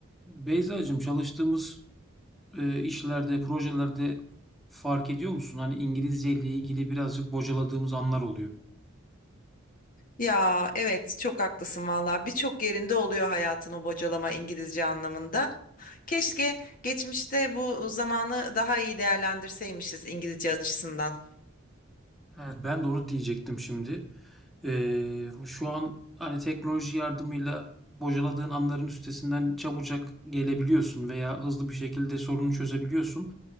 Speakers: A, in the centre; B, on the left.
A: Beyzacığım çalıştığımız e, işlerde, projelerde fark ediyor musun? Hani İngilizce ile ilgili birazcık bocaladığımız anlar oluyor.
B: Ya evet çok haklısın valla birçok yerinde oluyor hayatın o bocalama İngilizce anlamında. Keşke geçmişte bu zamanı daha iyi değerlendirseymişiz İngilizce açısından.
A: Evet. Ben de onu diyecektim şimdi. Ee, şu an hani teknoloji yardımıyla bocaladığın anların üstesinden çabucak gelebiliyorsun veya hızlı bir şekilde sorunu çözebiliyorsun.